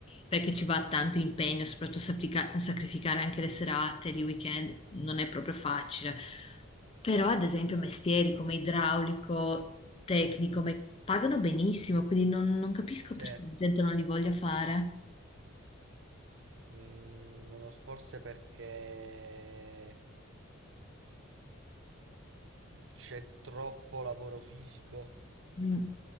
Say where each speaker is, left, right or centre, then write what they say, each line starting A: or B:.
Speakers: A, on the left (about 30°); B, on the right (about 65°).
A: perché ci va tanto impegno, soprattutto saprica- sacrificare anche le serate, i weekend, non è proprio facile. Però, ad esempio, mestieri come idraulico, tecnico, me- pagano benissimo, quindi non, non capisco
B: Cioè,
A: perché la gente non li voglia fare.
B: mm, non lo so, forse perché c'è troppo lavoro fisico.
A: Mm.